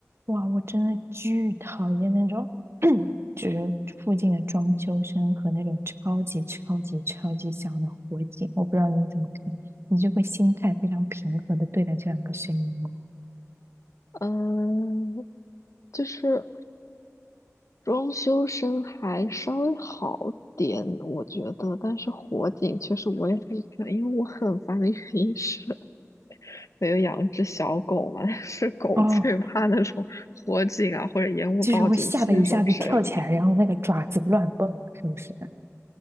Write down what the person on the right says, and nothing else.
哇，我真的巨讨厌那种，<clears throat> 就是附近的装修声和那种超级超级超级响的火警。我不知道你怎么看，你就会心态非常平和的对待这两个声音吗？
哦，就是会吓得一下子跳起来，然后那个爪子乱蹦，是不是？